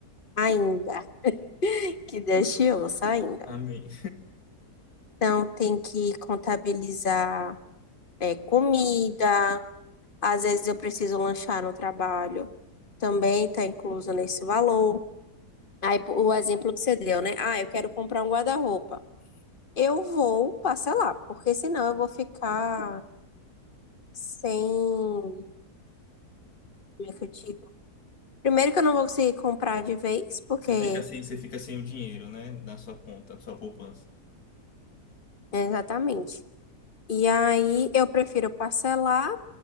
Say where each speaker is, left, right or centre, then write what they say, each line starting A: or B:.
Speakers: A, on the left; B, on the left.
A: ainda, que Deus te ouça ainda.
B: Amém.
A: Então, tem que contabilizar é, comida. Às vezes eu preciso lanchar no trabalho. Também está incluso nesse valor. Aí, o exemplo que você deu, né? Ah, eu quero comprar um guarda-roupa. Eu vou parcelar, porque senão eu vou ficar sem. Como é que eu digo? Primeiro que eu não vou conseguir comprar de vez, porque.
B: Você fica sem, você fica sem o dinheiro, né? Na sua conta, na sua poupança.
A: né, Exatamente. E aí eu prefiro parcelar